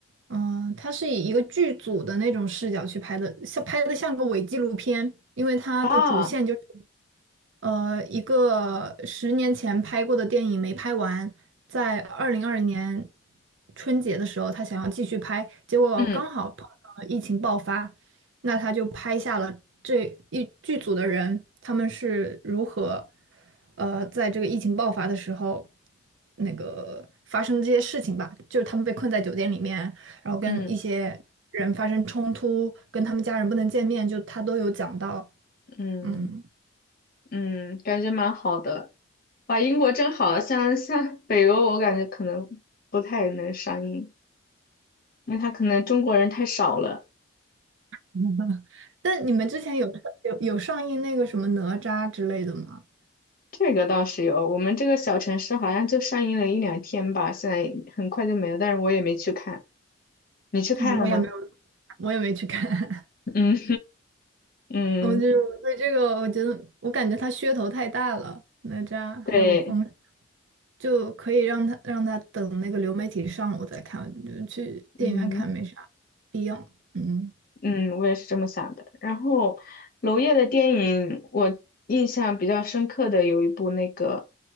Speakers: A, on the right (about 70°); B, on the left (about 45°).
A: 嗯、他是以一个剧组的那种视角去拍的，像拍的像个伪纪录片，因为他的主线就是。
B: 啊，
A: 呃，一个十年前拍过的电影没拍完，在二零二零年春节的时候，他想要继续拍，结果刚好碰上了疫情爆发，
B: 嗯
A: 那他就拍下了这一剧组的人，他们是如何，呃，在这个疫情爆发的时候，那个发生这些事情吧，就是他们被困在酒店里面，然后跟一些人发生冲突，
B: 嗯
A: 跟他们家人不能见面，就他都有讲到，
B: 嗯
A: 嗯。
B: 嗯，感觉蛮好的。哇，英国真好，像像北欧，我感觉可能不太能上映，因为它可能中国人太少了。
A: <laughs> 但你们之前有有有上映那个什么哪吒之类的吗？
B: 这个倒是有，我们这个小城市好像就上映了一两天吧，现在很快就没了，但是我也没去看。你去看了吗？
A: 啊我也没有，我也没去看。<laughs>
B: <laughs> 嗯嗯，
A: 我就是我对这个，我觉得我感觉它噱头太大了，哪吒还有风，
B: 对，
A: 就可以让他让他等那个流媒体上我再看，就去电影院看没啥必要。
B: 嗯。
A: 嗯。
B: 嗯，我也是这么想的。然后，娄烨的电影，我印象比较深刻的有一部，那个